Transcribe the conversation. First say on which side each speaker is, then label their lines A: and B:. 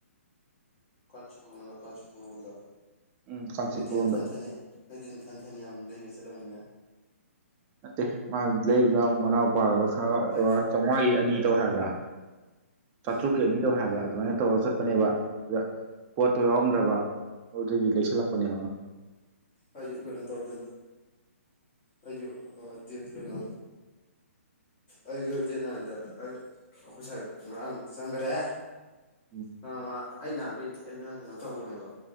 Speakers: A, on the left; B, on the right.
A: ꯀꯥꯟꯆꯤꯄꯨꯔꯣꯝꯅ ꯀꯥꯟꯆꯤꯄꯨꯔꯣꯝꯗ
B: ꯎꯝ ꯀꯥꯟꯆꯤꯄꯨꯔꯔꯣꯝꯗ
A: ꯅꯗꯤꯅ ꯊꯪꯅ ꯊꯪꯉꯦ ꯍꯥꯏꯗꯤꯅ ꯊꯟꯊꯅ ꯌꯥꯝ ꯂꯩꯕ ꯆꯠꯂꯂꯝꯃꯤꯅ
B: ꯅꯠꯇꯦ ꯃꯥ ꯂꯩꯔꯤꯕ꯭ꯔ ꯃꯅꯥꯎꯄꯥꯒ ꯈ
A: ꯑꯩ
B: ꯆꯥꯝꯃꯉꯥꯒꯤ ꯑꯅꯤ ꯇꯧ ꯍꯥꯏꯕ꯭ꯔꯥ
A: ꯎꯝ
B: ꯆꯥꯇ꯭ꯔꯨꯛꯀꯤ ꯑꯅꯤ ꯇꯧ ꯍꯥꯏꯕ ꯑꯗꯨꯃꯥꯏꯅ ꯇꯧꯔꯒ ꯆꯠꯄꯅꯦꯕ ꯑꯗ ꯄꯣꯠꯇꯣ ꯌꯥꯎꯔꯝꯗ꯭ꯔꯕ ꯑꯗꯨ ꯑꯗꯨꯗꯤ ꯂꯩꯁꯜꯂꯛꯄꯅꯦ
A: ꯑꯩꯖꯨ ꯀꯩꯅꯣ ꯇꯧꯗꯣꯏꯅꯤ ꯑꯩꯖꯨ ꯑ ꯗꯦꯠ ꯀꯩꯅꯣ ꯑꯩꯖꯨ ꯗꯦꯠ ꯅꯥꯏꯟꯗ ꯑꯩ ꯑꯈꯣꯏ ꯁꯥꯏ ꯉꯔꯥꯡ ꯆꯪꯒꯔꯦ
B: ꯎꯝ
A: ꯉꯔꯥꯡ ꯃꯥ ꯑꯩ ꯅꯍꯥꯟꯒꯩ ꯑꯩꯅ ꯀꯩꯅꯣ ꯇꯧꯕꯅꯦꯕ